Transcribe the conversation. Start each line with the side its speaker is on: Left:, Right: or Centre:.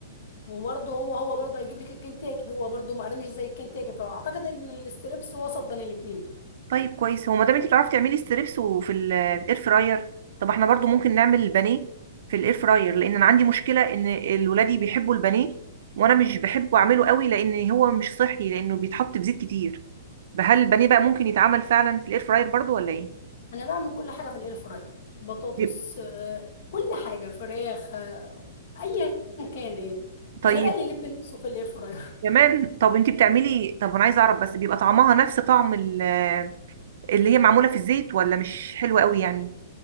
Left: وبرضه هو هو برضه هيجيب لك الكنتاكي هو برضه مقرمش مش زي الكنتاكي فاعتقد ان الاستريبس وسط بين الاتنين
Right: طيب كويس هو ما دام انت بتعرفي تعملي ستريبس وفي الاير فراير طب احنا برضو ممكن نعمل البانيه في الاير فراير لان انا عندي مشكله ان الولادي بيحبوا البانيه وانا مش بحبه اعمله قوي لان هو مش صحي لانه بيتحط بزيت كتير فهل البانيه بقى ممكن يتعمل فعلا في الاير فراير برضو ولا ايه
Left: انا بعمل كل حاجه في الاير فراير بطاطس
Right: بيب-
Left: آه، كل حاجه فراخ آه، ايا كان ايه
Right: طيب
Left: ده انا بقلي اللب نفسه في الاير فراير <laughs>
Right: كمان طب انت بتعملي طب انا عايزه اعرف بس بيبقى طعمها نفس طعم ال- اللي هي معموله في الزيت ولا مش حلوه قوي يعني